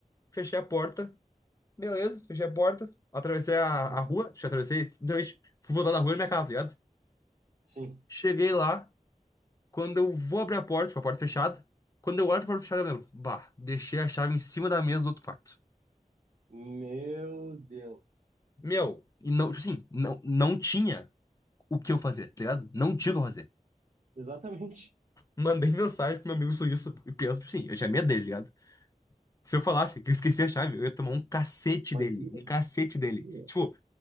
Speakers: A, on the left (about 25°); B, on the right (about 55°).
A: Fechei a porta. Beleza, fechei a porta. Atravessei a,
B: <laughs>
A: a rua. Deixa eu atravessei. Literalmente, fui voltar da rua e minha casa, tá ligado?
B: Sim.
A: Cheguei lá. Quando eu vou abrir a porta, tipo, a porta fechada. Quando eu olho pra porta fechada, eu lembro. Bah, deixei a chave em cima da mesa do outro quarto.
B: Meu Deus.
A: Meu, e não, tipo assim, não, não tinha o que eu fazer, tá ligado? Não tinha o que eu fazer.
B: Exatamente.
A: Mandei mensagem pro meu amigo suíço e penso, tipo assim, eu tinha medo dele, tá ligado? Se eu falasse que eu esqueci a chave, eu ia tomar um cacete
B: Imagina.
A: dele. Um cacete dele.
B: imagina.
A: Tipo,